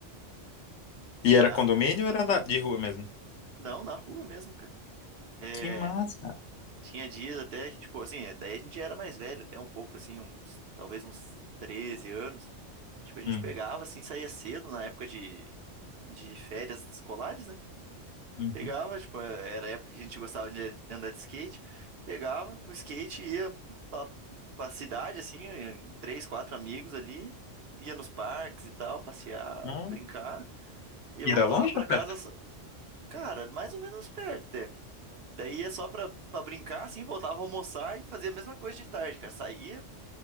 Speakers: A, on the left; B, on the right.
A: E era
B: ah,
A: condomínio ou era da- de rua mesmo?
B: não, na rua mesmo, cara. É,
A: Que massa.
B: tinha dias até, que, tipo, assim, é, daí a gente já era mais velho, até um pouco, assim, uns, talvez uns 13 anos. Tipo, a gente
A: Hum,
B: pegava, assim, saía cedo na época de, de férias escolares, né?
A: uhum.
B: Pegava, tipo, é, era a época que a gente gostava de andar de skate. Pegava o skate, ia pra, pra cidade, assim, em três, quatro amigos ali, ia nos parques e tal, passear,
A: Hum.
B: brincar, e
A: E
B: voltava
A: era longe
B: pra
A: ou
B: casa,
A: perto?
B: s- cara, mais ou menos perto até. Daí ia só pra, pra brincar, assim, voltava a almoçar e fazia a mesma coisa de tarde, cara. Saía,